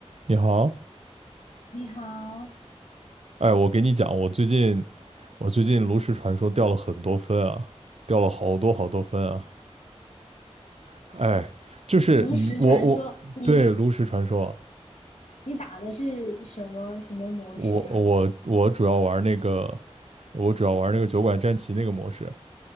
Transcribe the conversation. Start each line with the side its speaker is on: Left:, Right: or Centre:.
Right: 你好，
Left: 你好，
Right: 哎，我给你讲，我最近我最近炉石传说掉了很多分啊，掉了好多好多分啊，哎，就是你我我对炉石传说啊
Left: 炉石传说，你你打的是什么什么模式啊？
Right: 我我我主要玩那个，我主要玩那个酒馆战旗那个模式。